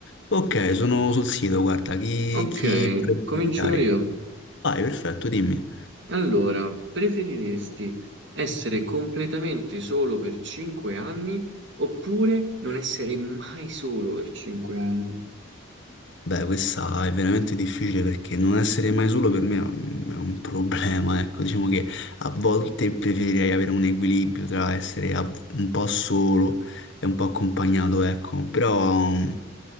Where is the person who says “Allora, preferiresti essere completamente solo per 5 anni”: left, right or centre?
Right